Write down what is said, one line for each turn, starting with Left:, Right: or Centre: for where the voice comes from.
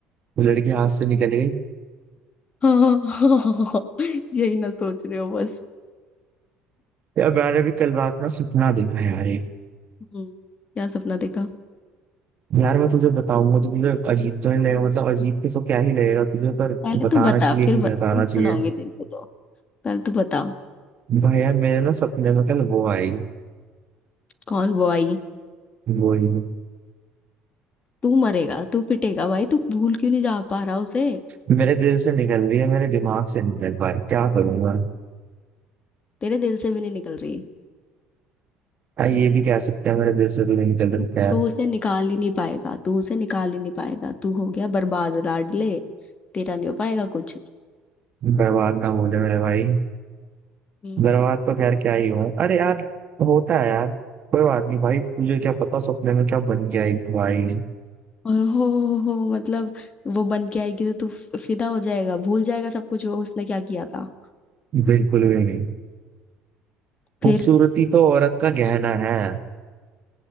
Right: वो लड़की हाथ से निकल गई
Left: <laughs> हाँ हाँ यही ना सोच रहे हो बस
Right: यार मैंने भी कल रात में सपना देखा यार एक
Left: हम्म, क्या सपना देखा
Right: यार मैं तुझे बताऊंगा तो तुझे अजीब तो नहीं लगेगा मतलब अजीब के तो क्या ही लगेगा तुझे पर
Left: पहले
Right: बताना
Left: तू बता
Right: चाहिए
Left: फिर
Right: कि
Left: ब-
Right: नहीं बताना
Left: फिर
Right: चाहिए
Left: सुनाऊंगी तेरे को तो पहले तू बता
Right: भाई यार मेरे ना सपने में कल वो आई
Left: कौन वो आई
Right: वही
Left: तू मरेगा तू पिटेगा भाई तू भूल क्यों नहीं जा पा रहा उसे
Right: मेरे दिल से निकल रही है मेरे दिमाग से निकल पाई क्या करूंगा
Left: तेरे दिल से भी नहीं निकल रही
Right: हाँ ये भी कह सकते हैं मेरे दिल से तो नहीं निकल रही
Left: तू
Right: है
Left: तू उसे निकाल ही नहीं पाएगा तू उसे निकाल ही नहीं पाएगा तू हो गया बर्बाद लाडले तेरा नहीं हो पाएगा कुछ
Right: बर्बाद ना बोले मेरे भाई
Left: हम्म,
Right: बर्बाद तो खैर क्या ही हुआ अरे यार होता है यार कोई बात नहीं भाई तुझे क्या पता सपने में क्या बन गया एक भाई
Left: और हो हो हो मतलब वो बन के आएगी तो तू फ- फिदा हो जाएगा भूल जाएगा सब कुछ वो उसने क्या किया था
Right: बिल्कुल भी नहीं खूबसूरती
Left: फिर
Right: तो औरत का गहना है